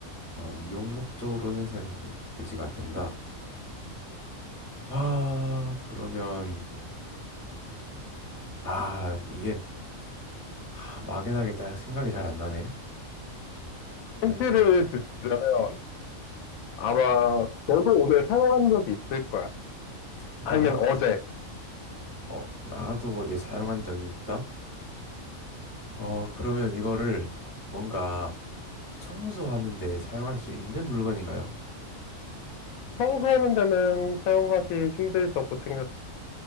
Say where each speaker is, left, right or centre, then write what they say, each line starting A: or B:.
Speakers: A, on the left; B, on the left.
A: 어, 미용 목적으로는 사용되지가 않는다. 아, 그러면 아, 이게 아, 막연하게 딱 생각이 잘 안 나네. 음,
B: 힌트를 주자면 아마 너도 오늘 사용한 적이 있을 거야.
A: 나,
B: 아니면 어제.
A: 어, 나도 어제 사용한 적이 있다. 어, 그러면 이거를 뭔가 청소하는데 사용할 수 있는 물건인가요?
B: 청소하는 데는 사용하기 힘들다고 생각해.